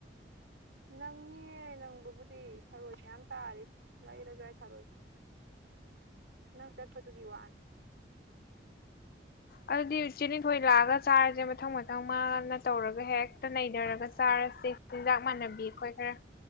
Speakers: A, on the right; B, on the left.
A: ꯅꯪꯅꯤꯌꯦ ꯅꯪꯕꯕꯨꯗꯤ ꯊꯔꯣꯏ ꯃꯌꯥꯝ ꯇꯥꯔꯤ ꯂꯩꯔꯖꯨꯌꯥꯏ ꯊꯔꯣꯏꯕꯨ ꯅꯪ ꯆꯠꯄꯗꯨꯒꯤ ꯋꯥꯅꯤ
B: ꯑꯗꯨꯗꯤ ꯆꯦ ꯂꯤꯟꯊꯣꯏ ꯂꯥꯛꯑꯒ ꯆꯥꯔꯁꯦ ꯃꯊꯪ ꯃꯊꯪ ꯃꯥꯅ ꯇꯧꯔꯒ ꯍꯦꯛꯇ ꯅꯩꯗꯥꯔꯒ ꯆꯥꯔꯁꯦ ꯆꯤꯟꯖꯥꯛ ꯃꯥꯟꯅꯕꯤ ꯑꯩꯈꯣꯏ ꯈꯔ